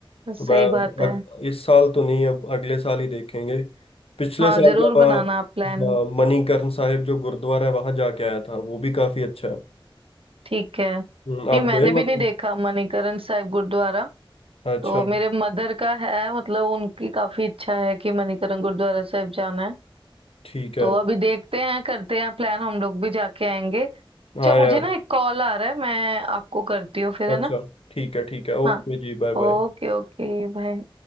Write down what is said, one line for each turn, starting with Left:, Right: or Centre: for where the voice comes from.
Right: सही
Left: तो मैं
Right: बात है
Left: अग, इस साल तो नहीं अब अगले साल ही देखेंगे पिछले
Right: हाँ
Left: साल
Right: जरूर
Left: मैं वहाँ
Right: बनाना आप प्लान
Left: हाँ, मणिकर्ण साहिब जो गुरुद्वारा है वहाँ जाके आया था वो भी काफी अच्छा है
Right: ठीक है नहीं
Left: हम्म, आप
Right: मैंने
Left: गए हो
Right: भी
Left: आप
Right: नहीं देखा मणिकरण साहिब गुरुद्वारा
Left: अच्छा
Right: तो मेरे मदर का है मतलब उनकी काफी इच्छा है कि मणिकरण गुरुद्वारा साहिब जाना है
Left: ठीक है
Right: तो अभी देखते हैं करते हैं प्लान हम लोग भी जाके आएंगे अच्छा
Left: हाँ
Right: मुझे
Left: यार
Right: ना एक कॉल आ रहा है मैं आपको करती हूँ फिर है
Left: अच्छा
Right: ना
Left: ठीक है ठीक है
Right: हाँ
Left: ओके जी बाय
Right: ओके
Left: बाय
Right: ओके बाय